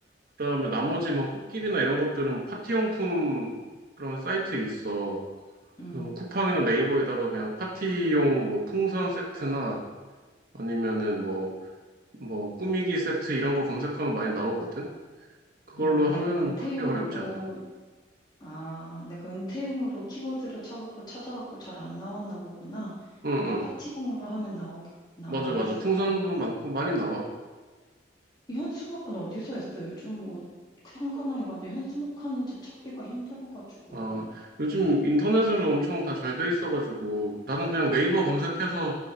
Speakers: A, on the right (about 50°); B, on the left (about 25°).
A: 그다음에 나머지 뭐 꽃길이나 이런 것들은 파티용품 그런 사이트 있어.
B: 음,
A: 그래서 뭐 쿠팡이나 네이버에다가 그냥 파티용 뭐 풍선 세트나 아니면은 뭐 뭐 꾸미기 세트 이런 거 검색하면 많이 나오거든. 그걸로
B: 음,
A: 하면은
B: 내가 은퇴용으로,
A: 뭐 크게 어렵지 않아.
B: 아, 내가 은퇴용으로 키워드를 쳐갖고 찾아갖고 잘 안 나왔나 보구나.
A: 응,
B: 그냥
A: 응.
B: 파티용으로 하면 나오겠구나.
A: 맞아,
B: 알았어.
A: 맞아. 풍선도
B: 그렇게.
A: 많고 많이 나와.
B: 현수막은 어디서 했어? 요즘 뭐 상가나 이런 데 현수막 하는 집 찾기가 힘들어가지고.
A: 아, 요즘 인터넷으로 엄청 다 잘 돼 있어가지고 나는 그냥 네이버 검색해서